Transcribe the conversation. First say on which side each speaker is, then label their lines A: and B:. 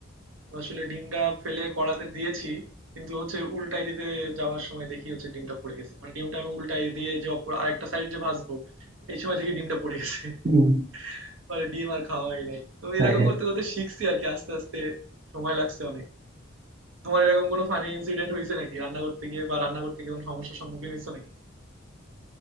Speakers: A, on the right (about 80°); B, on the right (about 35°).
A: তো আসলে ডিমটা ফেলে কড়াতে দিয়েছি কিন্তু হচ্ছে উল্টাই দিতে যাওয়ার সময় দেখি হচ্ছে ডিমটা পড়ে গেছে মানে ডিমটা আমি উল্টাই দিয়ে যে অপর আরেকটা সাইড যে ভাজবো এই সময় দেখি ডিমটা পড়ে গেছে <laughs>
B: হুম।
A: পরে ডিম আর খাওয়া হয় নাই তো এরকম
B: হ্যাঁ হ্যাঁ
A: করতে করতে শিখছি আর কি আস্তে আস্তে সময় লাগছে অনেক তোমার এরকম কোনো ফানি ইনসিডেন্ট হয়েছে নাকি রান্না করতে গিয়ে বা রান্না করতে গিয়ে কোনো সমস্যার সম্মুখীন হয়েছে নাকি